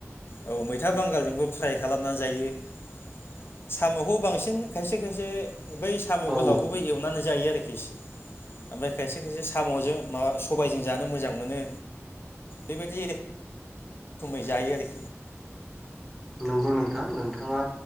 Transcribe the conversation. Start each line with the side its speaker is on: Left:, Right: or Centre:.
Left: औ मैथा बांगालजोंबो फ्राइ खालामनानै जायो। साम'खौ बांसिन खायसे खायसे बै साम'
Centre: औ
Left: गोलावखौबो एवनानै जा जायो आरोखि इसे ओमफ्राय खायसे खायसे साम'जों माबा सबायजों जानो मोजां मोनो बेबायदि <unintelligible> रोखोमै जायो आरोखि।
Centre: नंगौ नोंथां, नोंथाङा